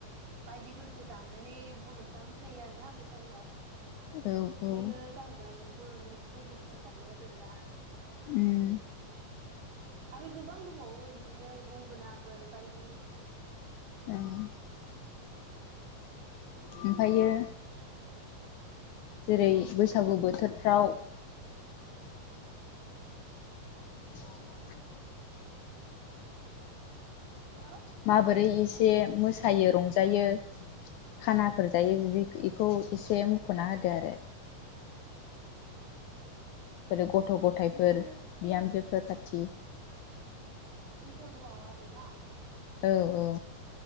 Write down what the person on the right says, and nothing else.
बायदिफोरखौ दामनानै बर'फ्रा मोसायो आरोना बैसागुआव।
बेयो जाहैबाय बर'नि ट्रेडिसनेल दामग्रा देग्रा।
आरो गोबां दबावो बिदिनो गंगोनाफोर बायदि
हेल'
बिदिनो
बैसागुआव आरोना। ‌